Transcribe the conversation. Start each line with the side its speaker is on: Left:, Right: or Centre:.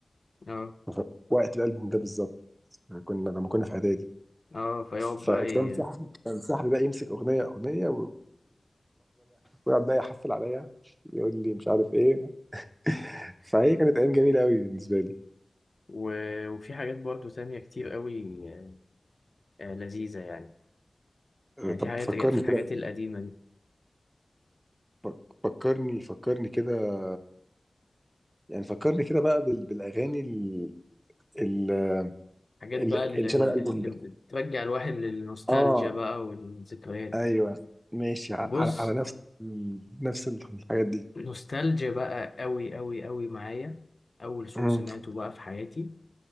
Left: اه
Right: ف... وقت الألبوم ده بالظبط كنا لما كنا في إعدادي
Left: اه فيقعد
Right: فكان
Left: بقى ي...
Right: صاحبي كان صاحبي بقى يمسك اغنيه اغنيه ويقعد بقى يحفل عليا يقول لي مش عارف ايه فهي كانت ايام جميله قوي بالنسبه لي
Left: و... وفي حاجات برضو تانية كتير قوي آه، آه، لذيذة يعني
Right: أه،
Left: يعني
Right: طب
Left: في حاجات
Right: فكرني
Left: في الحاجات
Right: كده
Left: القديمة دي
Right: فك- فكرني فكرني كده يعني فكرني كده بقى بال- بالاغاني ال- ال-
Left: حاجات
Right: ال-
Left: بقى اللي,
Right: اللي شبه
Left: اللي
Right: الالبوم ده
Left: بترجع الواحد للنوستالجيا
Right: اه
Left: بقى والذكريات
Right: ايوه ماشي ع-
Left: بص
Right: على, على نفس نفس الحاجات دي
Left: نوستالجيا بقى قوي قوي قوي معايا أول صوت
Right: مم.
Left: سمعته بقى في حياتي